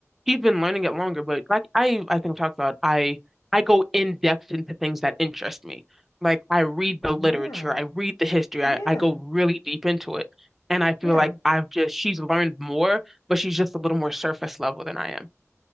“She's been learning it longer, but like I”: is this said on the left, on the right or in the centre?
Centre